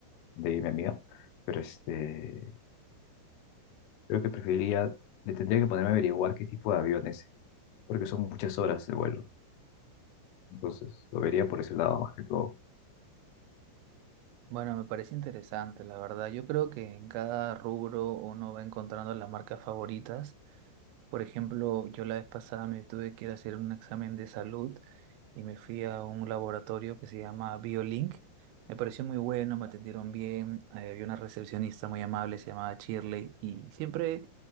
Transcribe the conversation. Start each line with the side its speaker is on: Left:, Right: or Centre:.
Left: de mi amiga, pero este, creo que preferiría, le tendría que ponerme a averiguar qué tipo de aviones, porque son muchas horas de vuelo, entonces lo vería por ese lado más que todo.
Right: Bueno, me parece interesante, la verdad. Yo creo que en cada rubro uno va encontrando las marcas favoritas. Por ejemplo, yo la vez pasada me tuve que ir a hacer un examen de salud y me fui a un laboratorio que se llama BioLink. Me pareció muy bueno, me atendieron bien, eh, había una recepcionista muy amable, se llamaba Shirley, y siempre